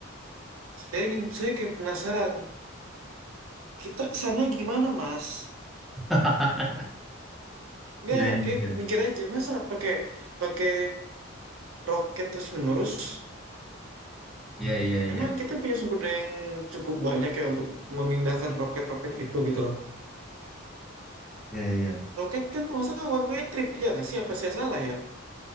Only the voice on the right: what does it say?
saya ingin, saya kayak penasaran. Kita kesana gimana, Mas?
Nggak,
kayak mikir aja, masa pakai pakai roket terus-menerus?
Emang kita punya sumber daya yang cukup banyak ya untuk memindahkan roket-roket itu gitu loh.
Roket kan kalau nggak salah one way trip, ya nggak sih? Apa saya salah ya?